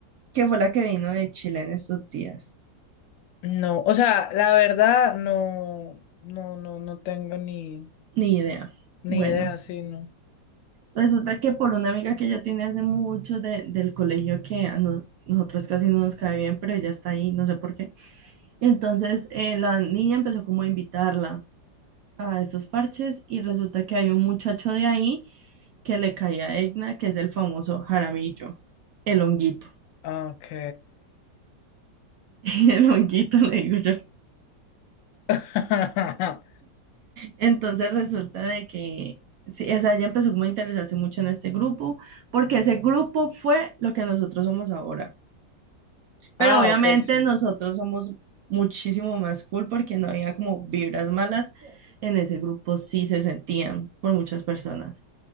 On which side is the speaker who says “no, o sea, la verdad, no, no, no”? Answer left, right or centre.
Left